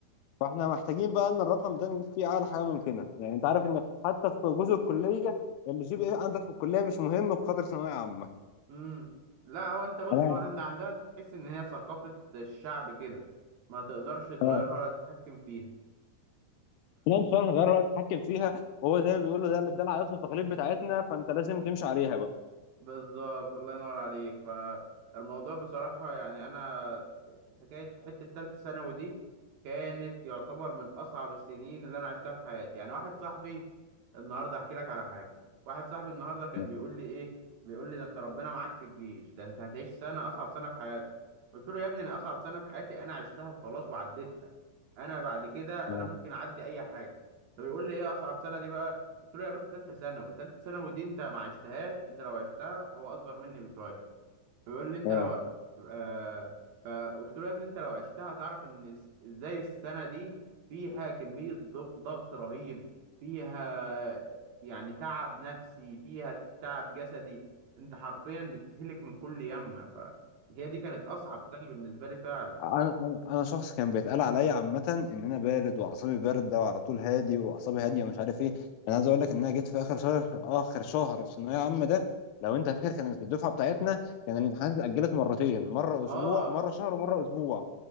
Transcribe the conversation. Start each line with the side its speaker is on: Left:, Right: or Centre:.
Left: فاحنا محتاجين بقى ان الرقم ده نجيب فيه اعلى حاجه ممكنه يعني انت عارف ان حتى في جزء الكليه اللي جي بي ايه عندك في الكليه مش مهم بقدر ثانويه عامه
Right: امم لا هو انت بص
Left: لا
Right: هو عند- عندنا تحس ان هي ثقافة الشعب كده ما تقدرش تغيرها
Left: اه
Right: ولا تتحكم فيها
Left: لا ان شاء الله هنغير رأيك نتحكم فيها وهو زي ما بيقولوا ده ده العادات والتقاليد بتاعتنا فانت لازم تمشي عليها بقى
Right: بالظبط الله ينور عليك فالموضوع بصراحة يعني أنا حكاية حتة تالتة ثانوي دي كانت يعتبر من أصعب السنين اللي أنا عشتها في حياتي يعني واحد صاحبي النهاردة أحكي لك على حاجة واحد صاحبي النهاردة كان
Left: لا،
Right: بيقول لي إيه بيقول لي ده أنت ربنا معاك في الجيش ده أنت هتعيش سنة أصعب سنة في حياتك قلت له يا ابني أنا أصعب سنة في حياتي أنا عشتها وخلاص وعديتها أنا بعد كده
Left: لا.
Right: أنا ممكن أعدي أي حاجة طب يقول لي إيه أصعب سنة دي بقى قلت له يا باشا تالتة ثانوي تالتة ثانوي دي أنت ما عشتهاش أنت لو عشتها هو أصغر مني بشوية بيقول لي انت
Left: اه
Right: لو آه فقلت له يا ابني انت لو عشتها هتعرف ان اس- ازاي السنه دي فيها كميه ضغ- ضغط رهيب فيها يعني تعب نفسي فيها تعب جسدي انت حرفيا بتهلك من كل يمه فهي دي كانت اصعب سنه بالنسبه لي فعلا
Left: انا انا أنا شخص كان بيتقال عليا عامه ان انا بارد واعصابي بارده وعلى طول هادي واعصابي هاديه ومش عارف ايه انا عايز اقول لك ان انا جيت في اخر شهر اخر شهر في ثانويه عامه ده لو انت فاكر كانت في الدفعه بتاعتنا كان الامتحانات اتاجلت مرتين مره
Right: اه
Left: اسبوع مره شهر ومره اسبوع